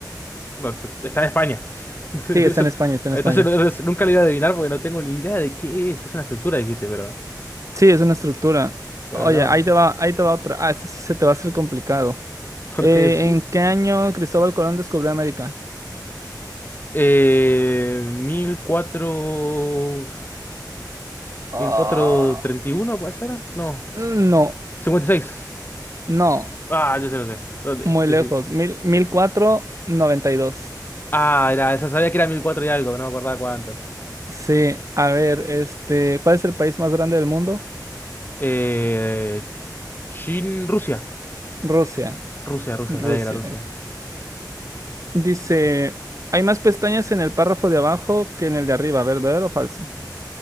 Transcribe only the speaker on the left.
No, tú- está en España. <laughs> Eso-
Entonces
no- no- nunca lo iba a adivinar porque no tengo ni idea de qué es. Es una estructura, dijiste, pero...
Pero
no,
no.
¿Por
qué decís?
Eh... 1400...
¿El cuatrocientos treinta y uno puede ser? No.
cincuenta y seis
Ah, yo se lo sé. ¿Dónde?
decir
Ah, era, esa sabía que era 1004 y algo, no me acordaba cuánto.
Eh, Chin, Rusia.
Rusia, Rusia,
sabía que era Rusia.